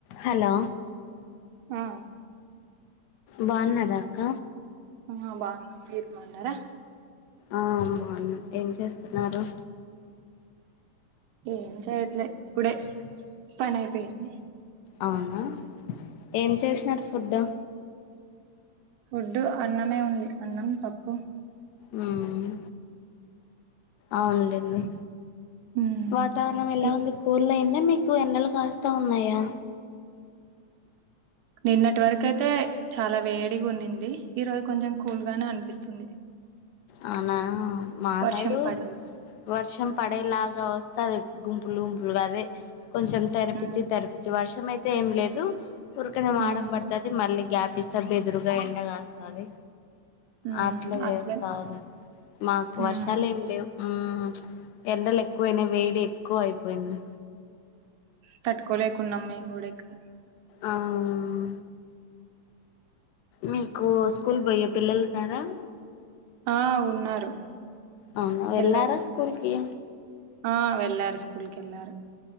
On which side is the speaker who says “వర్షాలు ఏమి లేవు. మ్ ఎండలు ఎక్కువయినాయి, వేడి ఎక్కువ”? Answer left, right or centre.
Left